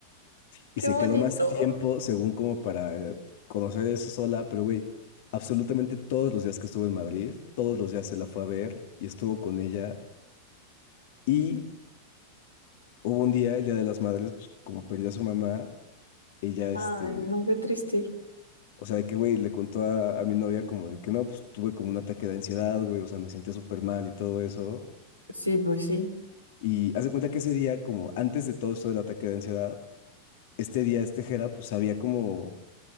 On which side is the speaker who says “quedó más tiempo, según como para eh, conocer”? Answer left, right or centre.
Left